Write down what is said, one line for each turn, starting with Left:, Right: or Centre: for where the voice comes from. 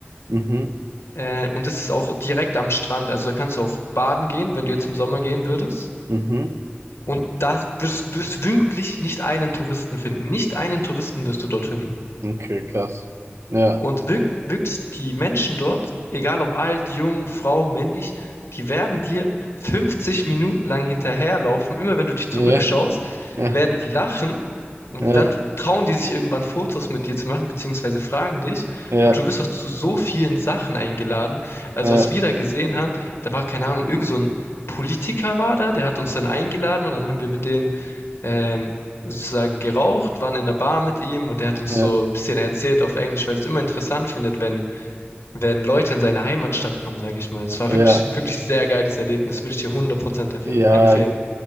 Right: mhm,
Left: Äh, und das ist auch direkt am Strand. Also da kannst du auch baden gehen, wenn du jetzt im Sommer gehen würdest.
Right: mhm.
Left: Und da wirst, wirst wirklich nicht einen Touristen finden. Nicht einen Touristen wirst du dort finden.
Right: Okay, krass. Ja.
Left: Und wirk wirklich die Menschen dort, egal ob alt, jung, Frau, männlich, die werden dir 50 Minuten lang hinterherlaufen. Immer wenn du dich zurückschaust,
Right: Ja, ja,
Left: werden die lachen. Und
Right: ja,
Left: dann trauen die sich irgendwann Fotos mit dir zu machen, beziehungsweise fragen dich.
Right: ja,
Left: Und du wirst auch zu so vielen Sachen eingeladen. Also
Right: ja,
Left: was wir da gesehen haben, da war keine Ahnung, irgend so ein Politiker war da, der hat uns dann eingeladen und dann haben wir mit denen ähm, sozusagen geraucht, waren in der Bar mit ihm und er hat uns
Right: ja, ja,
Left: so ein bisschen erzählt auf Englisch, weil er es immer interessant findet, wenn, wenn Leute in seine Heimatstadt kommen, sage ich mal. Es war
Right: ja.
Left: wirklich, wirklich sehr geiles Erlebnis, würde ich dir 100% empf-
Right: Ja,
Left: empfehlen.